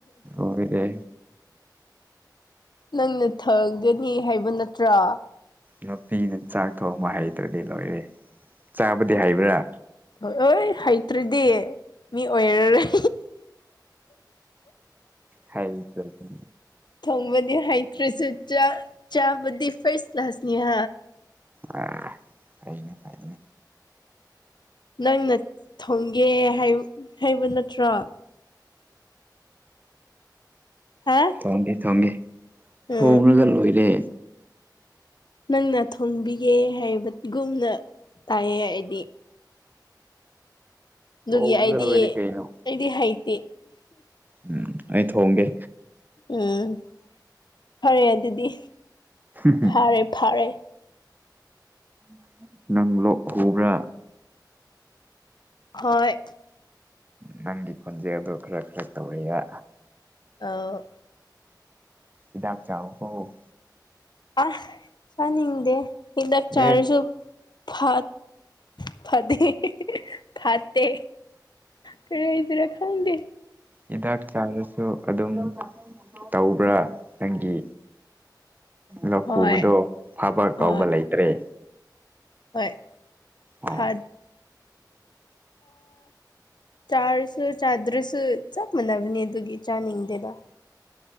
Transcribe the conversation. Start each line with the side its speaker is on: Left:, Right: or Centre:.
Right: ꯑꯣꯣꯏꯔ
Left: ꯅꯪꯅ ꯊꯝꯒꯅꯤ ꯍꯥꯏꯕ ꯅꯠꯇ꯭ꯔꯥ
Right: ꯅꯨꯄꯤꯅ ꯆꯥꯛ ꯊꯣꯡꯕ ꯍꯩꯇ꯭ꯔꯗꯤ ꯂꯣꯏꯔꯦ ꯆꯥꯕꯗꯤ ꯍꯩꯕ꯭ꯔꯥ
Left: ꯍꯣꯏ ꯍꯣꯏ ꯍꯩꯇ꯭ꯔꯗꯤ ꯃꯤ ꯑꯣꯏꯔꯔꯣꯏ
Right: ꯍꯇ‌꯭ꯔꯥꯗꯤ
Left: ꯊꯣꯡꯕꯗꯤ ꯍꯩꯇ꯭ꯔꯁꯨ ꯆꯥꯕꯗꯤ ꯐꯥꯔꯁ ꯀ꯭ꯂꯥꯁꯅꯤ <inaudible>
Right: ꯑꯥ ꯐꯩꯅꯦ ꯐꯩꯅꯦ
Left: ꯅꯪꯅ ꯊꯣꯡꯒꯦ ꯍꯥꯏꯕ ꯅꯠꯇ꯭ꯔꯣ ꯍꯥ
Right: ꯊꯣꯡꯒꯦ ꯊꯣꯡꯒꯦ ꯊꯣꯡꯉꯒ
Left: ꯎꯝ
Right: ꯂꯣꯏꯔꯦ
Left: ꯅꯪꯅ ꯊꯣꯡꯕꯤꯒꯦ ꯍꯥꯏꯕꯒꯨꯝꯅ ꯇꯥꯏꯌꯦ ꯍꯥꯏꯗꯤ ꯑꯗꯨꯒꯤ
Right: ꯊꯣꯡꯉꯒ
Left: ꯑꯩꯗꯤ
Right: ꯂꯣꯏꯔꯦ ꯀꯩꯅꯣ
Left: ꯑꯩꯗꯤ ꯍꯩꯇꯦ
Right: ꯎꯝ ꯑꯩ ꯊꯣꯡꯒꯦ
Left: ꯎꯝ ꯐꯔꯦ ꯑꯗꯨꯗꯤ
Right: ꯍꯝ ꯍꯨꯝ
Left: ꯐꯔꯦ ꯐꯔꯦ
Right: <inaudible> ꯅꯪ ꯂꯣꯛ ꯍꯕ꯭ꯔꯥ
Left: ꯍꯣꯏ
Right: ꯅꯪꯒꯤ ꯈꯨꯣꯟꯖꯦꯂ ꯑ ꯑꯗꯨ ꯈꯔ ꯈꯔ ꯇꯧꯔꯤꯌꯥ
Left: ꯑ
Right: ꯍꯤꯗꯥꯛ ꯆꯥꯎꯀꯣ
Left: ꯑꯍ ꯆꯥꯅꯤꯡꯗꯦ ꯍꯤꯗꯥꯛ ꯆꯥꯔꯁꯨ
Right: ꯑꯦ
Left: ꯐꯠ ꯐꯠꯇꯦ ꯐꯠꯇꯦ ꯀꯩ꫰ꯍꯥꯏꯁꯤꯔꯥ ꯈꯪꯒꯦ
Right: ꯍꯤꯗꯥꯛ ꯆꯥꯔꯁꯨ ꯑꯗꯨꯝ ꯇꯧꯕ꯭ꯔꯥ ꯅꯪꯒꯤ ꯂꯧ
Left: ꯍꯣꯏ
Right: ꯈꯨꯨꯕꯗꯣ ꯐꯕ ꯀꯥꯎꯕ
Left: ꯍꯣꯏ
Right: ꯂꯩꯇ꯭ꯔꯦ
Left: ꯍꯣꯏ
Right: ꯑꯣ
Left: ꯐꯠ ꯆꯥꯔꯁꯨ ꯆꯥꯗ꯭ꯔꯁꯨ ꯆꯞ ꯃꯥꯟꯅꯕꯅꯤ ꯑꯗꯨꯒꯤ ꯆꯥꯅꯤꯡꯗꯦꯗ